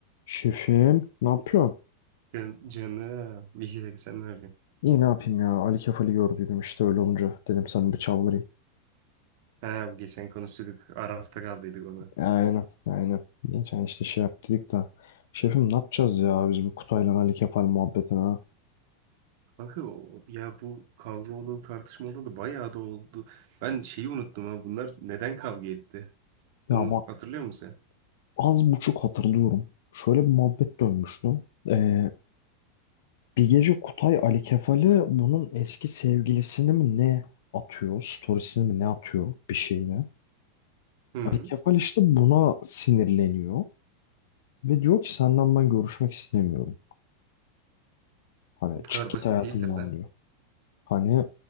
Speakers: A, on the left; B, on the right.
A: Şefim, ne yapıyorsun?
B: Can, canım. İyi ki de sen ne yapıyorsun?
A: İyi ne yapayım ya. Ali Kefal'i gördüydüm işte öyle olunca. Dedim sana bir çaldırayım.
B: Ha, bu geçen konuştuk. Arafta kaldıydık ona.
A: Aynen, aynen. Geçen işte şey yaptık da. Şefim ne yapacağız ya biz bu Kutay'la Ali Kefal muhabbetine ha?
B: Kanka o- ya bu kavga olalı tartışma olalı bayağı da oldu. Ben şeyi unuttum ha. Bunlar neden kavga etti?
A: Ya
B: Onu
A: bak
B: hatırlıyor musun sen?
A: az buçuk hatırlıyorum. Şöyle bir muhabbet dönmüştü. Ee, bir gece Kutay Ali Kefal'i bunun eski sevgilisini mi ne atıyor? Storiesini mi ne atıyor bir şeyine?
B: Hı.
A: Ali Kefal işte buna sinirleniyor. Ve diyor ki senden ben görüşmek istemiyorum. Hani
B: Bu kadar
A: çık git
B: basit
A: hayatımdan
B: değildir lan.
A: diyor. Hani